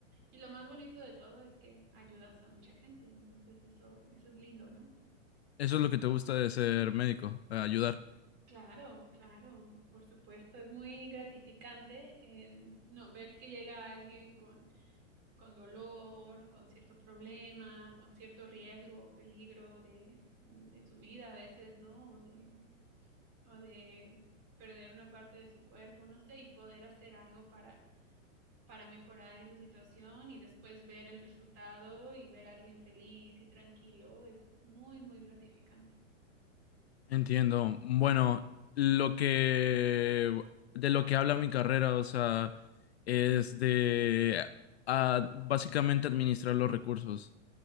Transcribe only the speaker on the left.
Eso es lo que te gusta de ser médico, ayudar.
Entiendo. Bueno, lo que de lo que habla mi carrera, o sea, es de ah, básicamente administrar los recursos,